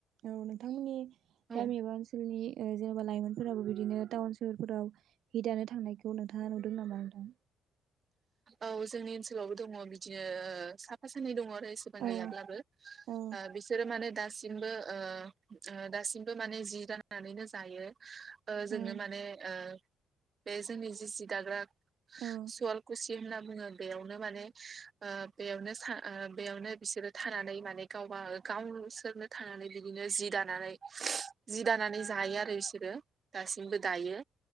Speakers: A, on the right; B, on the right.
A: औ नोंथांमोननि
B: औ
A: गामि एबा ओनसोलनि ओ जेनेबा लाइमोनफोराबो बिदिनो टाउन सोहरफोराव हि दानो थांनायखौ नोंथाङा नुदों नामा? नोंथां।
B: औ, जोंनि ओनसोलावबो दङ। बिदिनो साफा सानै दङ। एसेबां
A: औ
B: गैयाब्लाबो ओ
A: औ
B: बिसोरो माने <unintelligible> <unintelligible> ओ दासिमबो माने जि दानानैनो जायो। ओ
A: औ
B: जोंनो माने ओ बे जोंनि जि सि दाग्रा
A: औ।
B: खुवालखुसि होनना बुङो। बेयावनो माने ओ बेयावनो सा-ओ बेयावनो बिसोरो थानानै माने गावबा गावसोरनो थांनानै बिदिनो जि दानानै जि दानानै जायो आरो। बिसोरो दासिमबो दायो।